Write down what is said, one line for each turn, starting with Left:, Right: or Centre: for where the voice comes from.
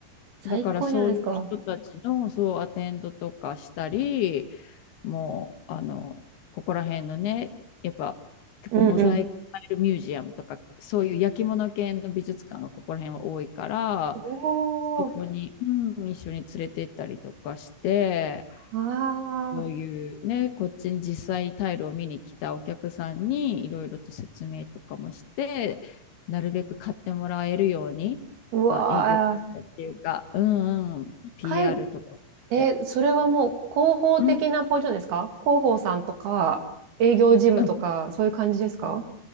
Right: 最高じゃないですか。
Left: だからそういう人たちのそうアテンドとかしたり、もうあの、ここら辺のね、やっぱ結構モザイクタイルミュージアムとか、
Right: うんうん。
Left: そういう焼き物系の美術館がここら辺は多いから、
Right: おー、
Left: そこに、うん、一緒に連れて行ったりとかして、
Right: あ
Left: こういうね、こっちに実際にタイルを見に来たお客さんにいろいろと説明とかもして、なるべく買ってもらえるように、
Right: ー、うわー。
Left: まあ、営業活動っていうか、うんうん、PR
Right: かい、
Left: とかして、
Right: えー、それはもう広報的なポジションですか広報さんとか、
Left: うん、
Right: 営業事務とか、
Left: うん、
Right: そういう感じですか